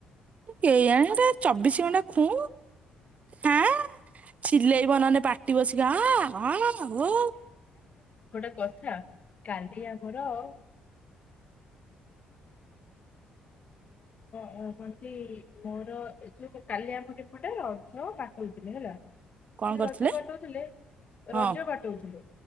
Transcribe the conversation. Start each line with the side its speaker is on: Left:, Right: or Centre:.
Right: କେଇଯାଣି ଏଟା ଚବିଶି ଘଣ୍ଟା ଖୁଁ ହାଁ ଚିଲେଇବ ନହେଲେ ପାଟି ବସିକ ହଁ ହ <inaudible>
Left: ଗୋଟା କଥା କାନ୍ଧି ଆମର ଆ ହଁ କନ୍ତି ମୋର ଏ ଯୋଉ କାଲିଆମୁଡି ପଟେ ରଝ ପାଠଉଥିଲେ ହେଲା
Right: କଣ କରୁଥିଲେ
Left: ରଜ ବାଟଉଥିଲେ
Right: ହଁ
Left: ରଜ ବାଟଉଥିଲେ